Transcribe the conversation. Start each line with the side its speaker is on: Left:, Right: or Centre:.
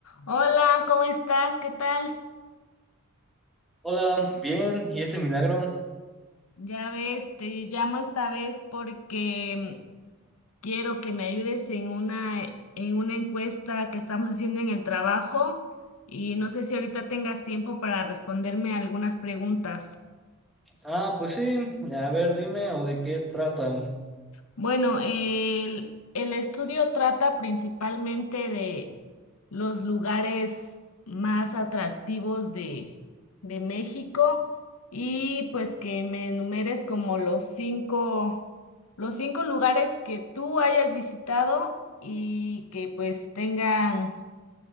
Left: Hola, ¿cómo estás? ¿Qué tal?
Centre: Hola, bien, ¿y ese milagro?
Left: Ya ves, te llamo esta vez porque mm, quiero que me ayudes en una, en una encuesta que estamos haciendo en el trabajo y no sé si ahorita tengas tiempo para responderme algunas preguntas.
Centre: Ah, pues sí, a ver, dime, ¿o de qué tratan?
Left: Bueno, el, el estudio trata principalmente de los lugares más atractivos de, de México y pues que me enumeres como los cinco, los cinco lugares que tú hayas visitado y que pues tengan,